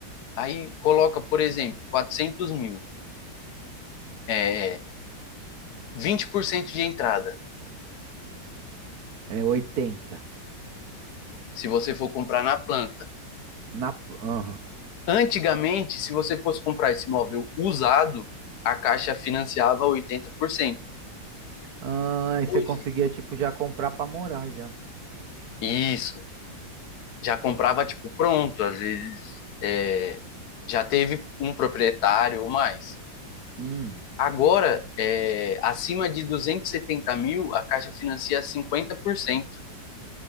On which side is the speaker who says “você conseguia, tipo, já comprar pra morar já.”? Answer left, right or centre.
Right